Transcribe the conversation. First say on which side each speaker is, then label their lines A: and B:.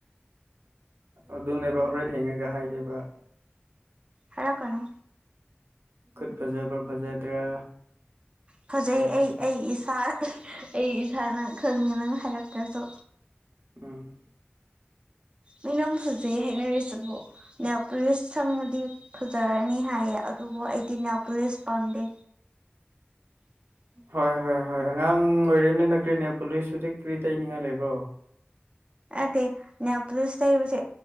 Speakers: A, on the right; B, on the right.
A: ꯑꯗꯨꯅꯦꯕ ꯍꯣꯔꯦꯟ ꯍꯦꯡꯉꯒ ꯍꯥꯏꯒꯦꯕ
B: ꯍꯔꯥꯀꯅꯨ
A: ꯈꯨꯠ ꯐꯖꯕ꯭ꯔꯥ ꯐꯖꯗ꯭ꯔꯥ
B: ꯐꯖꯩ
A: ꯍꯥꯏꯔꯛꯀꯦ
B: ꯑꯩ ꯑꯩ ꯏꯁꯥ ꯑꯩ ꯏꯁꯥꯅ ꯈꯪꯉꯦ ꯅꯪ ꯍꯥꯏꯔꯛꯇ꯭ꯔꯁꯨ
A: ꯎꯝ
B: ꯃꯤꯅꯝ ꯐꯖꯩ ꯍꯥꯏꯅꯔꯤꯁꯤꯕꯣ ꯅ ꯄꯨꯂꯤꯁ ꯁꯪꯉꯗꯤ ꯐꯖꯔꯅꯤ ꯍꯥꯏꯌꯦ ꯑꯗꯨꯕꯨ ꯑꯩꯗꯤ ꯅ ꯄꯨꯂꯤꯁ ꯄꯥꯟꯗꯦ <inaudible>
A: ꯍꯣꯏ ꯍꯣꯏ ꯍꯣꯏ ꯑꯉꯥꯡ ꯑꯣꯏꯔꯦꯅꯦꯅ ꯀ꯭ꯔꯤꯅꯦ ꯄꯨꯂꯤꯁꯁꯨꯗꯤ ꯀ꯭ꯔꯤ ꯇꯩꯅꯤꯡꯉꯥꯏ ꯂꯩꯕ꯭ꯔꯣ
B: ꯑꯗꯦ ꯌꯥ ꯄꯨꯁꯁꯦ